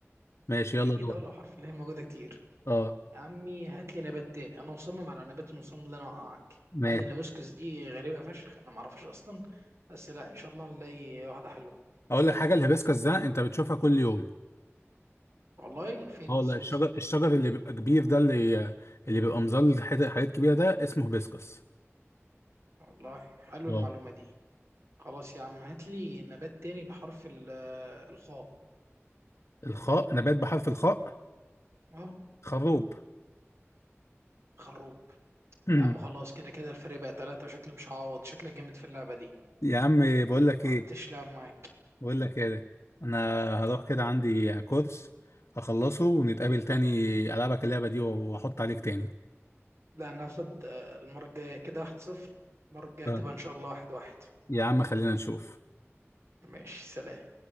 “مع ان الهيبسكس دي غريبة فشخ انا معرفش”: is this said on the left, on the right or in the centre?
Right